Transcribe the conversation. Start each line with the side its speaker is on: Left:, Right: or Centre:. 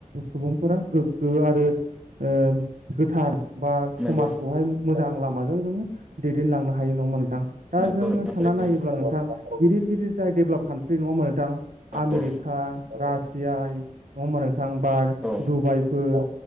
Right: सुबुंफोरा गोग्गो आरो ओ गोथार बा
Centre: नंगौ
Right: समाजखौहाय मोजां लामाजों जोङो दैदेनलांनो हायो नङा नोंथां दा
Centre: नंगौ
Right: जोङो
Centre: नंगौ
Right: सानना
Centre: थारैनो
Right: नायोब्ला नोंथां गिदिर गिदिर जाय डेभेलप कान्ट्रि नङामोन नोंथां
Centre: औ
Right: आमेरिका रासिया नङा होमबा नोंथां बा
Centre: औ
Right: डुबाइफोर